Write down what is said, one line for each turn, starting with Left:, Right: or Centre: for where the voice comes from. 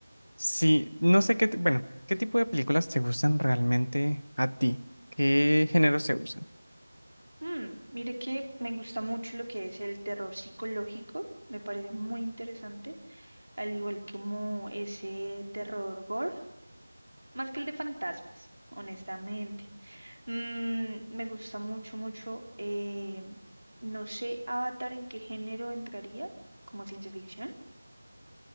Left: sí, no sé qué, t- bueno, ¿qué tipo de películas te gustan realmente a ti? ¿Qué géneros te gustan?
Right: Mm, mire que me gusta mucho lo que es el terror psicológico. Me parece muy interesante, al igual como ese terror gore, más que el de fantasmas, honestamente. Mm, me gusta mucho, mucho. eh, no sé, Avatar, ¿en qué género entraría? ¿Como ciencia ficción,